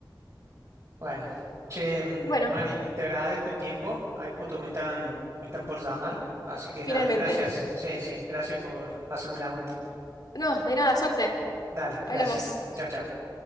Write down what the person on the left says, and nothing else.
Bueno,
finalmente.
No, de nada, suerte.
Hablamos.